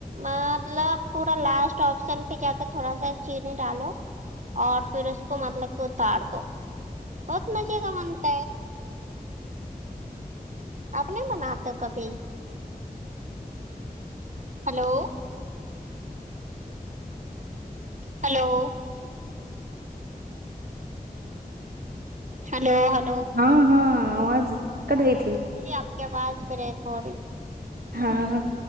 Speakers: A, on the right (about 50°); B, on the right (about 70°).
A: مطلب پورا لاسٹ آپشن پہ جا کے تھوڑا سا چینی ڈالو اور پھر اس کو مطلب کہ اتار دو بہت مزے کا ت آپ نہیں مناتا کبھی ہلو ہیلو ہیلو ہلو
B: ہاں ہاں آواز کٹ گئی تھی
A: جی آپ آواز بریک ہو رہی
B: ہاں